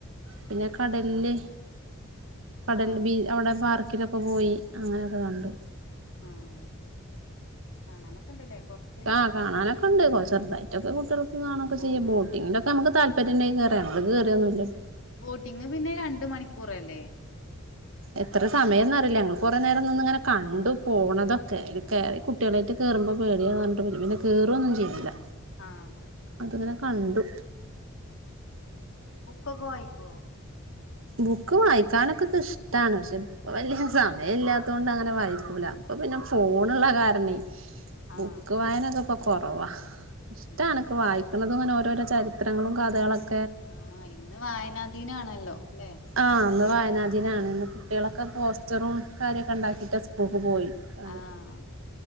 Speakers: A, on the right; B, on the left.
A: പിന്നെ കടലില് കടൽ
B: ആഹ്
A: ബി അവടെ പാർ ക്കിലൊക്കെ പോയി അങ്ങനെയൊക്കെ കണ്ടു
B: ആഹ് ആഹ് കാണാനൊക്കെ ഇണ്ടല്ലേ കൊറച്ച്
A: ആ കാണാനൊക്കെ ഒണ്ട് കൊറച്ച് ചെറുതായിട്ടൊക്കെ കുട്ടികൾ ക്ക് കാണൊക്കെ
B: ആഹ്
A: ചെയ്യാ ബോട്ടിങ്ങിലൊക്കെ
B: ആഹ്
A: നമ്മക്ക് താൽ പര്യണ്ടെ കേറ ഞങ്ങള് കേറിയൊന്നുല്ലട്ടോ
B: ബോട്ടിംഗ് പിന്നെ രണ്ട് മണിക്കൂറല്ലേ
A: എത്ര സമയംന്ന് അറിയില്ല ഞങ്ങള് കൊറെ നേരം നിന്ന് ഇങ്ങനെ കണ്ടു പോണതൊക്കെ കേറി കുട്ടികളായിട്ട് കേറുമ്പോ പേടിയാന്ന് പറഞ്ഞിട്ട് പിന്നെ കേറുവൊന്നും ചെയ്തില്ല.
B: ആഹ്
A: അതിങ്ങനെ കണ്ടു
B: ബുക്കൊക്കെ വായിക്കോ
A: ബുക്ക് വായിക്കാനൊക്കെക്കെ ഇഷ്ടാണ് പക്ഷേ ഇപ്പ വല്യ സമയം ഇല്ലാത്തൊണ്ട് അങ്ങനെ വായിക്കൂല ഇപ്പോ പിന്നെ ഫോൺള്ള
B: ആഹ്
A: കാര ക്കന്നെയ്
B: അത്
A: ബുക്ക് വായനൊക്കെ ഇപ്പം - കൊറവാ ഇഷ്ട
B: ശരി
A: എണക്ക് വായിക്കണത് ഇപ്പൊ അങ്ങനെ ഓരോരോ ചരിത്രങ്ങളും കഥകളൊക്കെ-
B: ആ ഇന്ന് വായനാദീനാണല്ലോ ഇല്ലേ
A: ആഹ് ഇന്ന് വായനാദീനാണ് ഇന്ന് കുട്ടികളൊക്കെ പോസ്റ്ററും കാര്യോക്കെ ഉണ്ടാക്കിയിട്ട് സ്കൂൾക്ക് പോയി അത്
B: ആഹ്